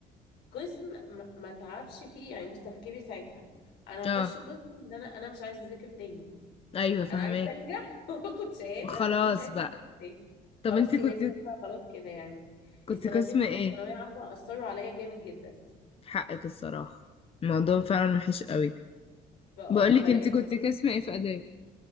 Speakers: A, on the left; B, on the left.
A: قسم ما ما اتعبش فيه يعني بص تفكيري ساعتها انا هخش
B: اه
A: قسم ان انا انا مش عايزه اذاكر تاني
B: ايوه فهماك
A: انا عايزه انجح <laughs> واخد شهاده
B: خلاص
A: ومش عايزه
B: بقى
A: اذاكر تاني
B: طب
A: خلاص
B: انت كنت
A: هي دماغي بقى خلاص كده يعني
B: كنت
A: السنتين
B: قسم
A: بتوع
B: ايه
A: ثانويه عامه اثروا عليا جامد جدا
B: حقك الصراحة الموضوع فعلا وحش قوي
A: فاه
B: بقولك
A: فلقيت
B: انت كنت قسم ايه في آداب